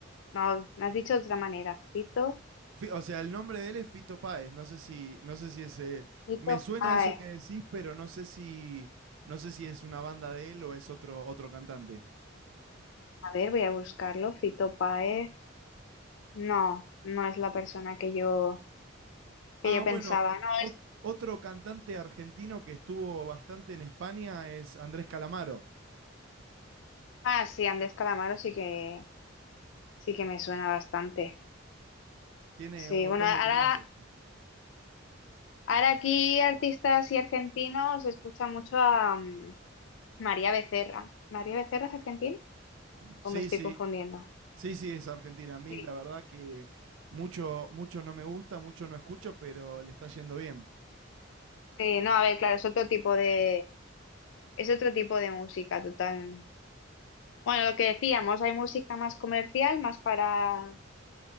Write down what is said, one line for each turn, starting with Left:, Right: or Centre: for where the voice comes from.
Left: No, me has dicho de otra manera. Fito,
Right: Fi- O sea, el nombre de él es Fito Páez. No sé si, no sé si es. eh,
Left: Fito
Right: me suena
Left: Páez.
Right: eso que decís, pero no sé si, no sé si es una banda de él o es otro, otro cantante.
Left: A ver, voy a buscarlo. Fito Páez. No, no es la persona que yo, que
Right: Ah,
Left: yo pensaba.
Right: bueno,
Left: No,
Right: ot-
Left: es.
Right: otro cantante argentino que estuvo bastante en España es Andrés Calamaro.
Left: Ah, sí, Andrés Calamaro sí que, sí que me suena bastante.
Right: Tiene
Left: Sí,
Right: un montón
Left: bueno, ahora,
Right: de temazos.
Left: ahora aquí artistas y argentinos escucha mucho a mm, María Becerra. ¿María Becerra es argentina?
Right: Sí,
Left: ¿O me estoy
Right: sí,
Left: confundiendo?
Right: sí, sí, es Argentina. A mí,
Left: Sí,
Right: la verdad que mucho, mucho no me gusta, mucho no escucho, pero le está yendo bien
Left: sí, no, a ver, claro, es otro tipo de, es otro tipo de música total, Bueno, lo que decíamos, hay música más comercial, más para,